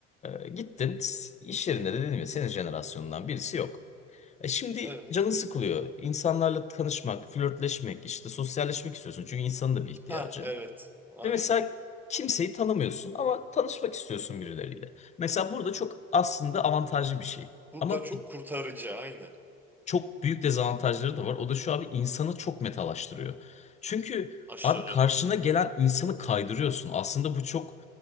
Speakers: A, on the left; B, in the centre.
A: Ee, gittin s- iş yerinde de dedim ya senin jenerasyonundan birisi yok. E şimdi
B: Evet.
A: canın sıkılıyor. İnsanlarla tanışmak, flörtleşmek, işte sosyalleşmek istiyorsun. Çünkü insanın da bir ihtiyacı.
B: Ha evet. Aynen.
A: Ve mesela kimseyi tanımıyorsun ama tanışmak istiyorsun birileriyle. Mesela burada çok aslında avantajlı bir şey.
B: Burada
A: Ama
B: çok kurtarıcı aynı.
A: çok büyük dezavantajları da var. O da şu abi insanı çok metalaştırıyor. Çünkü
B: Aşırı.
A: abi karşına gelen insanı kaydırıyorsun. Aslında bu çok